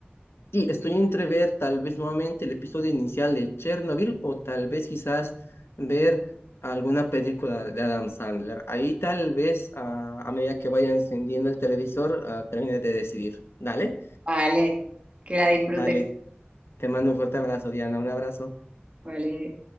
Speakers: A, on the left; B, on the right.
A: y estoy entre ver tal vez nuevamente el episodio inicial de Chernobyl o tal vez quizás ver alguna película de Adam Sandler. Ahí tal vez a, a medida que vaya encendiendo el televisor, ah, termine de decidir. Dale,
B: Vale, que la disfrutes.
A: dale, te mando un fuerte abrazo, Diana, un abrazo.
B: Vale.